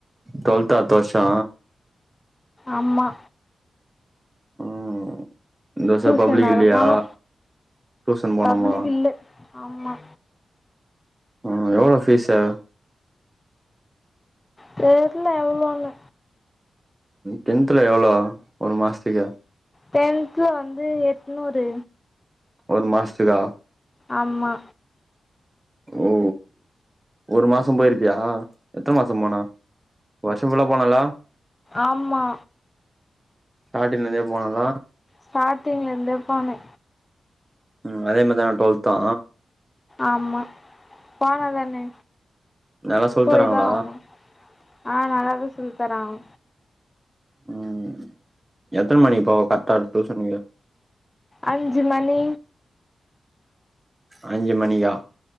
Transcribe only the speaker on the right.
டுவல்த்தா அடுத்த வர்ஷோ
ம் இந்த வர்ஷ
பப்ளிக்
இல்லயா
டூஷன் போணுமா
ம் எவ்வளோ ஃபீஸ்ஸு
டென்த்துல எவ்ளோ ஒரு மாசத்துக்கு
ஒரு மாசத்துக்கா
ஓ ஒரு மாசம் போயிருப்பியா எத்தன மாசம் போனா வர்ஷம் ஃபுல்லா போனல
ஸ்டாட்டிங்ல இருந்தே போனல
ம் அதே மாரிதானா டுவல்த்து
நல்லா சொல்லி
தராங்களா
ம் எத்தன மணிக்கு போவ கரட்டா டூசனுக்கு
அஞ்சு மணியா